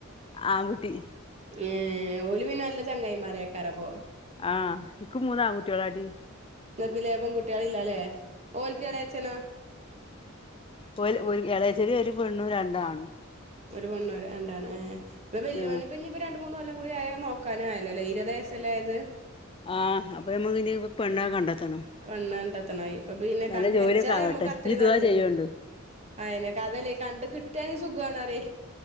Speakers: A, on the left (about 25°); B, on the right (about 30°).
A: ആൺകുട്ടി
B: ഏഹ് ഓല് പിന്നെ നല്ല ചങ്ങായിമാരേക്കാരപ്പോ.
A: ആഹ് ഇക്ക് മൂന്ന് ആൺകുട്ട്യേളാടി.
B: ഇങ്ങക്ക് ലേ പെൺകുട്ട്യേളില്ലാല്ലേ. ഓൽക്ക് എളേച്ചനോ?
A: ഓൽ ഓൽ എളേച്ഛന് ഒരു പെണ്ണും രണ്ടാണും.
B: ഒരു പെണ്ണും രണ്ടാണും ഏഹ് ഇവടെ വല്യോന്
A: ആഹ്
B: ഇപ്പഞ്ഞ് ഇപ്പ രണ്ട് മൂന്ന് കൊല്ലം കൂടി ആയാ നോക്കാനും ആയല്ലോ ല്ലെ. ഇരുപത് വയസ്സല്ലേ ആയത്.
A: ആഹ് അപ്പോ നമ്മക്കിനി പെണ്ണൊക്കെ കണ്ടെത്തണം.
B: പെണ്ണ് കണ്ടെത്തണം ഇപ്പൊ പിന്നെ
A: നല്ല
B: കണ്ട്
A: ജോലിയൊക്കെ
B: വെച്ചാ
A: ആവട്ടെ
B: ഞമ്മക്ക് അത്രിം
A: ഇജ്ജ് ദുആ
B: നല്ലത്.
A: ചെയ്യോണ്ടു
B: അതെന്നെ. ക്കതല്ലേ കണ്ട് കിട്ടാണെങ്കി സുഖാണറ്യെ.